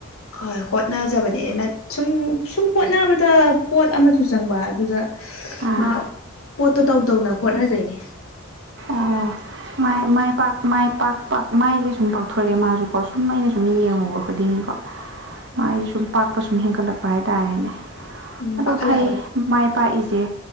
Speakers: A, on the left; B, on the right.
A: ꯍꯣꯏ ꯍꯣꯠꯅꯖꯕꯅꯦꯅ ꯁꯨꯝ ꯁꯨꯝ ꯍꯣꯠꯅꯕꯗ ꯄꯣꯠ ꯑꯃꯁꯨ ꯆꯪꯕ ꯑꯗꯨꯗ
B: ꯑꯥ
A: ꯃꯥ ꯄꯣꯠꯇꯣ ꯇꯧ ꯇꯧꯅ ꯍꯣꯠꯅꯖꯩꯅꯦ
B: ꯑꯣ ꯃ ꯃꯥꯏ ꯄꯥꯛ ꯃꯥꯏ ꯄꯥꯛ ꯄꯥꯛ ꯃꯥꯏꯁꯦ ꯁꯨꯝ ꯄꯥꯛꯊꯣꯔꯛꯑꯦ ꯃꯥꯁꯨꯀꯣ ꯁꯨꯝ ꯑꯩꯅ ꯁꯨꯝ ꯌꯦꯡꯉꯨꯕ ꯈꯨꯗꯤꯡꯒꯤꯀꯣ ꯃꯥꯏ ꯁꯨꯝ ꯄꯥꯛꯄ ꯁꯨꯝ ꯍꯦꯟꯒꯠꯂꯛꯄ ꯍꯥꯏꯇꯥꯔꯦꯅꯦ
A: ꯎꯝ
B: ꯑꯗꯣ
A: ꯄꯥꯈꯠꯂꯛꯑꯕꯅꯤ
B: ꯐꯩ ꯃꯥꯏ ꯄꯥꯛꯏꯁꯦ